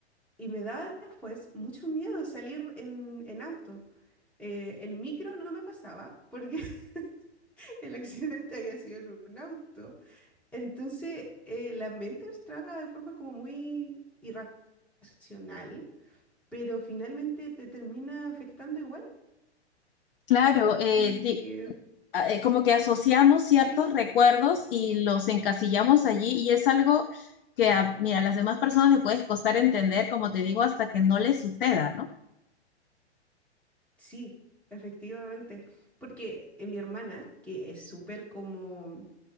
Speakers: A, in the centre; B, on the left.
A: Y me daba después mucho miedo salir en, en auto. Eh, en micro no me pasaba porque <laughs> el accidente había sido en un auto. Entonces eh, la mente se trabaja de forma como muy irracional pero finalmente te termina afectando igual.
B: Claro, eh,
A: Y
B: di-
A: eh,
B: eh, como que asociamos ciertos
A: sí,
B: recuerdos y los encasillamos allí y es algo que a, mira, a las demás personas les puede costar entender, como te digo, hasta que no les suceda, ¿no?
A: sí, efectivamente. Porque eh, mi hermana, que es súper como,